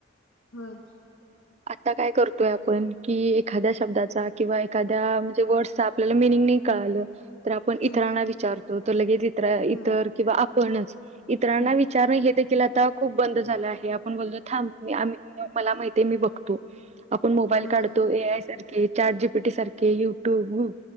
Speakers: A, on the left; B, on the right.
A: व्हय
B: आता काय करू तोय आपण की एखाद्या शब्दाचा किंवा एखाद्या म्हणजे वर्ड्सचा आपल्याला मिनिंग नाही कळालं तर आपण इतरांना
A: हम्म
B: विचारतो तर लगेच इतर इतर
A: होय
B: किंवा आपणच इतरांना
A: हम्म
B: विचार नाही घेत देखील आता खूप बंद झालं आहे आपण बोललो थांब मी आम्ही मी मला माहिती आहे मी बघतो आपण मोबाईल
A: होय
B: काढतो ए आय सारखे चॅट जी पी टी सारखे युट्यूबु